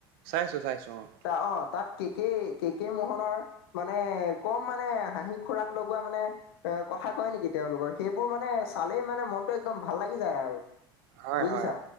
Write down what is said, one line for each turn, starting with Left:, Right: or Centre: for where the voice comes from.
Right: চাইছো, চাইছো অ'।
Left: অ', তাত কে কে কে কে মোহনৰ মানে কম মানে হাঁহি সুৰাক লগোৱা মানে অ', কথা কয় নেকি তেওঁলোকৰ, সেইবোৰ মানে চালেই মানে মন টো একদম ভাল লাগি যায় আৰু
Right: হয়
Left: বুজিছা।
Right: হয়